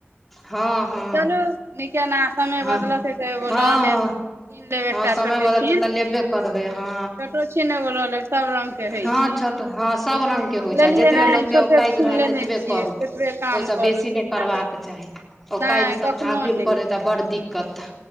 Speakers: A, in the centre; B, on the right.
A: हँ हँ
B: चलू निकेना समय
A: हँ
B: बदलते तऽ एगो
A: हँ
B: लऽ लेब
A: हँ
B: कीन लेब
A: हँ
B: एकटा
A: समय
B: छोटे
A: बदलते
B: छीन
A: तऽ लेबे करबै हँ
B: छोटो छीन एगो लऽ लेब सभ रङ्गके होइ
A: हँ
B: छै
A: छ हँ सब रंग के
B: हम
A: होइ
B: लेलियै
A: छै आ जतबे
B: नहि
A: लोकके
B: छोटे
A: औकद
B: छीन
A: रहे
B: लेने
A: ततबे
B: छियै
A: करू
B: ततबे काम
A: ओहिसँ
B: करू
A: बेसी
B: ठीक
A: नय करबाक
B: होइ छै कि नहि
A: चाही ओकैद
B: नहि
A: सँ
B: कखनो
A: फाजूल
B: नहि
A: करे तऽ बड़ दिक्कत